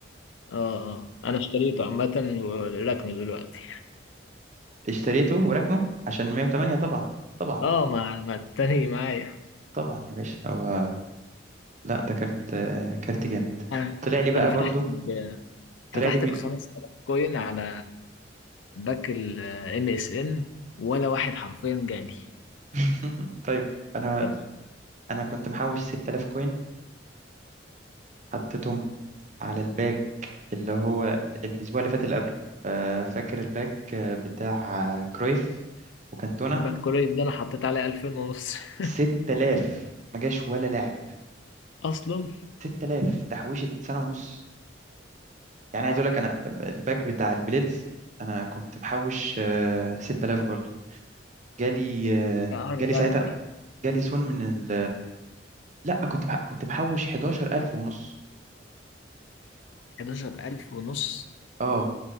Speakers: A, on the left (about 85°); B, on the right (about 40°).
A: اه اه انا اشتريته عامه وركنه دلوقتي
B: اشتريته وراكنه عشان 108 طبعا طبعا
A: اه مع مع التاني معايا
B: طبعا يا باشا هو لا ده كارت آه، كارت جامد
A: انا
B: طلع لي بقى
A: انا فتحت
B: برضو
A: ب...
B: طلع
A: فتحت
B: لي من...
A: ب 5000 كوين على باك الام اس ان ولا واحد حرفيا جالي
B: <laughs> طيب أنا
A: بجد.
B: أنا كنت محوش 6000 كوين حطيتهم على الباك اللي هو الأسبوع اللي فات اللي قبله آه فاكر الباك آه، بتاع آه، كرويف وكانتونا
A: باك كورير ده انا حطيت عليه 2000 ونص <laughs>
B: 6000 ما جاش ولا لاعب
A: اصلا
B: 6000 تحويشة سنة ونص يعني عايز اقول لك انا الباك بتاع البليدز انا كنت محوش آه، 6000 برضو جالي آه،
A: يا عارف
B: جالي ساعتها
A: قلبي دي
B: جالي سون من ال... لا كنت مح... كنت محوش 11000 ونص
A: 11000 ونص
B: اه